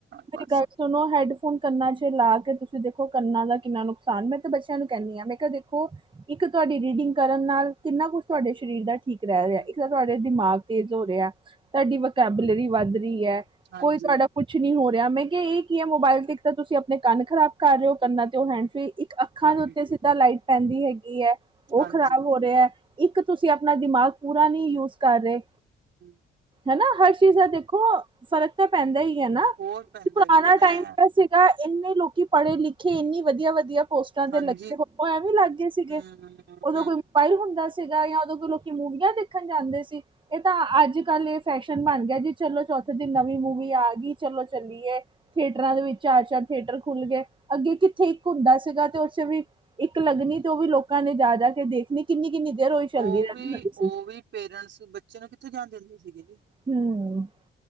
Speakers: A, on the right; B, on the right.
A: ਮੇਰੀ
B: ਬਸ
A: ਗੱਲ ਸੁਣੋ ਹੈਡਫੋਨ ਕੰਨਾ ਚ ਲਾ ਕੇ ਤੁਸੀਂ ਦੇਖੋ ਕੰਨਾਂ ਦਾ ਕਿੰਨਾ ਨੁਕਸਾਨ ਮੈਂ ਤਾਂ ਬੱਚਿਆਂ ਨੂੰ ਕਹਿੰਦੀ ਹਾਂ ਮੈਂ ਕਿਹਾ ਦੇਖੋ ਇੱਕ ਤੁਹਾਡੀ ਰੀਡਿੰਗ ਕਰਨ ਨਾਲ ਕਿੰਨਾ ਕੁ ਕੁ ਤੁਹਾਡੇ ਸਰੀਰ ਦਾ ਠੀਕ ਰਹਿ
B: ਹਮ
A: ਰਿਹਾ ਇਸ ਤਾਂ ਤੁਹਾਡੇ ਦਿਮਾਗ ਤੇਜ਼ ਹੋ ਰਿਹਾ ਹੈ ਤੁਹਾਡੀ ਵਕੈਬੂਲਰੀ ਵੱਧ ਰਹੀ ਹੈ
B: ਹਾਂਜੀ
A: ਕੋਈ ਤੁਹਾਡਾ ਕੁੱਛ ਨਹੀਂੀ ਹੋ ਰਿ ਮੈਂ ਕਿਹਾ ਇਹ ਕੀ ਹੈ ਮੋਬਾਇਲ ਤੇ ਇੱਕ ਤਾਂ ਤੁਸੀਂ ਆਪਣੇ ਕੰਨ ਖ਼ਰਾਬ ਕਰ ਰਹੇ ਹੋ ਕੰਨਾਂ ਤੇ ਹੈਂਡ ਫਰੀ ਅੱਖਾਂ
B: ਹਾਂਜੀ
A: ਦੇ ਉੱਤੇ ਸਿੱਧਾ ਲਾਈਟ ਪੈਂਦੀ ਹੈਗੀ ਹੈ ਉਹ
B: ਹਾਂਜੀ,
A: ਖ਼ਰਾਬ ਹੋ ਰਿਹਾ ਹੈ ਇੱਕ ਤੁਸੀਂ ਆਪਣਾ ਦਿਮਾਗ ਪੂਰਾ ਨਹੀਂ ਯੂਜ ਕਰ ਰਹੇ
B: <unintelligible>
A: ਹਨਾ ਹਰ ਚੀਜ਼ ਦਾ ਦੇਖੋ ਫ਼ਰਕ ਤਾਂ ਪੈਂਦਾ ਹੀ ਹੈ ਨਾ
B: ਬਹੁਤ ਪੈਂਦਾ
A: ਪੁਰਾਣਾ
B: ਜੀ ਮੈਂ
A: ਟਾਈਮ ਸੀਗਾ ਇੰਨੇ ਲੋਕੀ ਪੜ੍ਹੇ ਲਿਖੇ ਇੰਨੀ ਵਧੀਆ ਵਧੀਆ ਪੋਸਟਾਂ ਤੇ
B: ਹਾਂਜੀ,
A: ਲੱਗੇ ਹੋ ਉਹ ਐਵੇਂ ਲੱਗ ਗਏ ਸੀਗੇ
B: ਹੂੰ-ਹੂੰ,
A: ਉਦੋਂ ਕੋਈ ਮੋਬਾਈਲ ਹੁੰਦਾ ਸੀਗਾ ਜਾਂ ਉਦੋਂ ਕੋਈ ਲੋਕੀ ਮੂਵੀਆਂ ਦੇਖਦੇ ਦੇਖਣ ਜਾਂਦੇ ਸੀ ਇਹ ਤਾਂ ਅੱਜ ਕੱਲ ਇਹ ਫੈਸ਼ਨ ਬਣ ਗਿਆ ਜੀ ਚਲੋ ਚੌਥ ਥੇ ਦੀ ਨਵੀਂ ਮੂਵੀ ਆ ਗਈ ਚਲੋ ਚੱਲੀਏ ਥੀਏਟਰਾਂ ਦੇ ਵਿੱਚ ਚਾਰ ਚਾਰ ਥੀਏਟਰ ਖੁੱਲ ਗਏ ਅੱਗੇ ਕੀ ਜੱਥੇ ਇੱਕ ਹੁੰਦਾ ਸੀਗਾ ਤੇ ਉੱਥੇ ਵੀ ਇੱਕ ਲੱਗਣੀ ਤੇ ਉਹ ਵੀ ਲੋਕਾਂ ਨੇ ਜਾ ਜਾ ਕੇ ਦੇਖਣੀ ਕਿੰਨੀ ਕਿੰਨੀ ਦੇਰ ਉਹੀ ਚੱਲਦੀ
B: ਉਹ
A: ਰਹਿੰਦੀ
B: ਵੀ
A: ਹੁੰਦੀ ਸੀ।
B: ਉਹ ਵੀ ਪੇਰੈਂਟਸ ਬੱਚੇ ਨੂੰ ਕਿੱਥੋਂ ਜਾਣ ਦਿੰਦੇ ਸੀਗੇ ਜੀ।
A: <unintelligible>